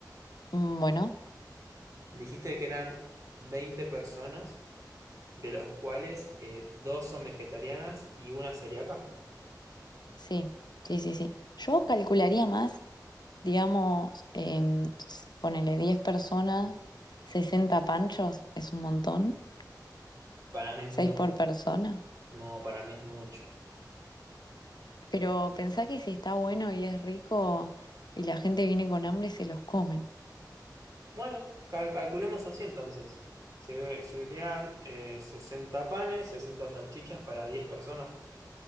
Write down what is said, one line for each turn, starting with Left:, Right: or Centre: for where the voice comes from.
Left: Mm, Bueno,
Right: Dijiste que eran 20 personas, de los cuales eh, dos son vegetarianas y una celíaca.
Left: sí, sí, sí, sí. Yo calcularía más, digamos, em, s- ponele 10 personas, 60 panchos, es un montón.
Right: Para mí es mucho.
Left: Seis por persona.
Right: No, para mí es mucho.
Left: Pero pensá que si está bueno y es rico y la gente viene con hambre, se los comen.
Right: Bueno, cal- calculemos así entonces. Se- Serían eh, 60 panes, 60 salchichas para 10 personas.